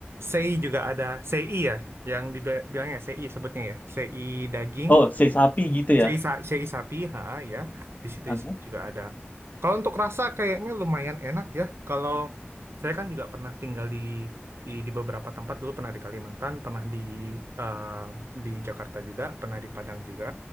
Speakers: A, on the right; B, on the left.
A: Sei juga ada, sei ya yang dibilangnya CI sebutnya ya CI daging
B: Oh, si sapi gitu
A: CI,
B: ya.
A: sa- CI sapi ha ya di situ,
B: Heeh.
A: di situ juga ada kalau untuk rasa kayaknya lumayan enak ya kalau saya kan juga pernah tinggal di di, di beberapa tempat dulu pernah di Kalimantan pernah di eh, di Jakarta juga pernah di Padang juga